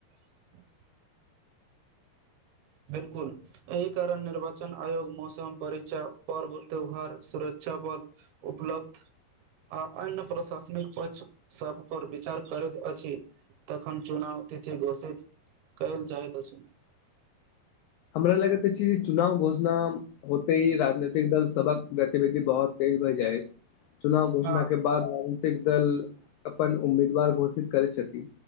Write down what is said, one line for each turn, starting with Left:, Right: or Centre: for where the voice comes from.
Right: ह्म बिल्कुल एहि कारण निर्वाचन आयोग मौसम परीक्षा पर्व त्यौहार सुरक्षा बल उपलब्ध आ अन्य प्रशासनिक पक्ष सब पर विचार करैत अछि तखन चुनाव ते घोषैत कल जाइत अछि
Left: हमरा लगैत छै चुनाव घोषणा होते ही राजनीतिक दल सबक गतिविधि बहुत भए जाइत चुनाव घोषणा
Right: हँ
Left: के बाद राजनीतिक दल क अपन उम्मीदवार घोषित करै छथि